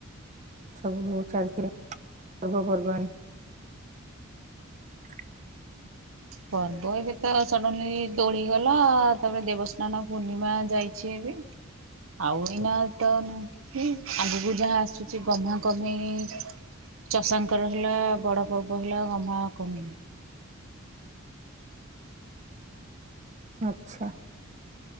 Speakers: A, on the right; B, on the right.
A: ସବୁ ଚାଲିଚି ପର୍ବପର୍ବାଣି? <inaudible>
B: ପର୍ବ ଏବେ ତ ସଡନଲି ଦୋଳି ଗଲା ତାପରେ ଦେବସା ସ୍ନାନ ପୂର୍ଣ୍ଣିମା ଯାଇଛି ଏବେ। ଆଉ ଏଇନା ତ ଆଗକୁ ଯାହା ଆସୁଚି ଗମା କମେଇ ଚଷାଙ୍କର ହେଲା ବଡ ପର୍ବ ହେଲା ଗମା କମି
A: ଆଚ୍ଛା।